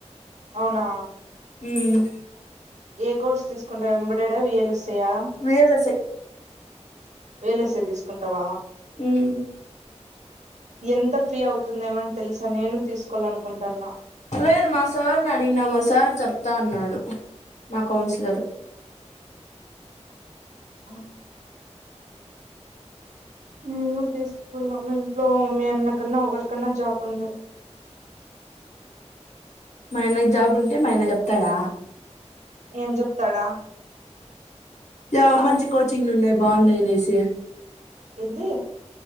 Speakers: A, on the right; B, on the left.
A: అవునా
B: ఉమ్
A: ఏ కోర్స్ తీసుకుం టావ్ ఎంబెడెడ్ ఆ వి ఎల్ ఎస్ ఐ ఆ
B: రియల్ఎస్ఐ
A: వి ఎల్ ఎస్ ఐ తీసుకుంటావా
B: ఉమ్
A: ఎంత ఫీ అవుతుంది ఏమని తెలుసా నేను తీసుకోవాలనుకుంటున్నా
B: లేదు మా సార్ నీ అడిగినా మా సార్ చెప్తా అన్నాడు మా కౌన్సిలర్
A: అవు ఉమ్ తీసుకుందాం మీ ఇంట్లో మీ అన్న కన్నా ఒకరికన్నా జాబ్ ఉంది
B: మాయన్న జాబ్ ఉంటే మాయన్న చెప్తాడా
A: ఏం చెప్తాడా
B: జాబ్
A: ఆ
B: మంచి కోచింగ్లు ఉన్నాయి బాగున్నాయి అనేసి
A: ఏంది